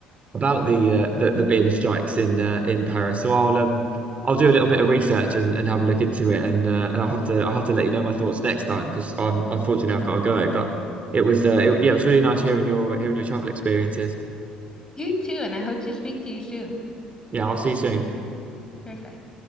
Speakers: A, on the right (about 35°); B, on the left (about 20°).
A: about the uh, the, the bin strikes in uh, in Paris. So I'll um I'll do a little bit of research and, and have a look into it, and uh, and I'll have to I'll have to let you know my thoughts next time because I'm unfortunately I've got to go. But it was uh, it, yeah, it was really nice hearing your hearing your travel experiences.
B: you too, and I hope to speak to you soon.
A: Yeah, I'll see you soon.
B: Perfect.